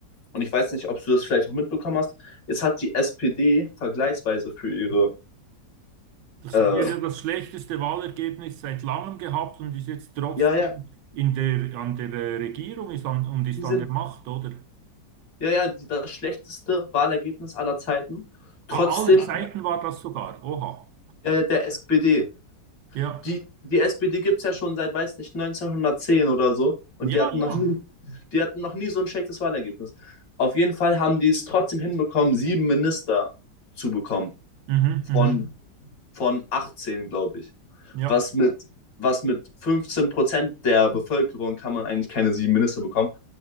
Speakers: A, on the left; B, on the right.
A: und ich weiß nicht, ob du das vielleicht auch mitbekommen hast, jetzt hat die SPD vergleichsweise für ihre,
B: Das,
A: äh,
B: die hat ja das schlechteste Wahlergebnis seit langem gehabt und ist jetzt trotzdem
A: ja, ja,
B: in der, an der äh, Regierung ist an, und ist
A: die sind,
B: an der Macht, oder?
A: ja, ja, die, das schlechteste Wahlergebnis aller Zeiten. Trotzdem,
B: A- Aller Zeiten war das sogar. Oha.
A: ja, ja, der SPD.
B: Ja.
A: Die, die SPD gibt es ja schon seit, weiß nicht, 1910 oder so. Und
B: Ja,
A: die hatten noch
B: ja.
A: nie, die hatten noch nie so ein schlechtes Wahlergebnis. Auf jeden Fall haben die es trotzdem hinbekommen, sieben Minister zu bekommen.
B: Mhm. Mhm.
A: von, von 18, glaube ich.
B: Ja.
A: Was mit, was mit 15% der Bevölkerung kann man eigentlich keine sieben Minister bekommen.